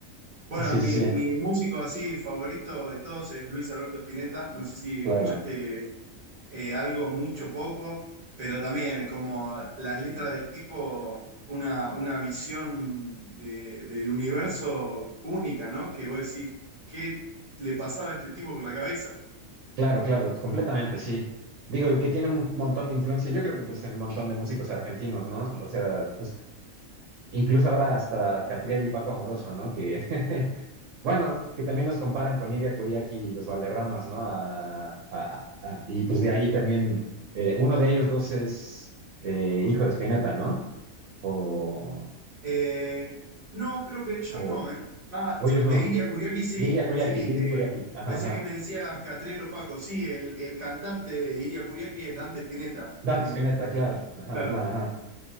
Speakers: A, on the right; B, on the right.
A: Bueno,
B: Sí,
A: mi,
B: sí, sí,
A: mi músico así favorito de todos es Luis Alberto Spinetta. No sé si
B: claro.
A: escuchaste eh, algo, mucho, poco, pero también es como las letras del tipo, una, una visión de- del universo única, ¿no? Que vos decís, ¿qué le pasaba a este tipo por la cabeza?
B: Claro, claro, completamente, sí. Digo, y que tiene un montón de influencia, yo creo que pues en un montón de músicos argentinos, ¿no? O sea, pues incluso ahora hasta Catriel y Paco Amoroso, ¿no? Que, <laughs> bueno, que también los comparan con Lidia Curiaki y los Valderramas, ¿no? A- a- a- a- y pues de ahí también, eh, uno de ellos dos es eh, hijo de Spinetta, ¿no? O,
A: Eh, no, creo que ellos
B: o,
A: no, ¿eh? Ah,
B: o ellos
A: de
B: no.
A: Iria Kuriaki sí,
B: Lidia Curiaki,
A: sí.
B: Lidia
A: eh,
B: Curiaki, ajá,
A: pensé
B: ajá.
A: que me decías Catriel o Paco. Sí, el, el cantante de Iria Kuriaki es Dante Spinetta.
B: Dante
A: eh,
B: Spinetta, claro, ajá,
A: claro,
B: ajá, ajá.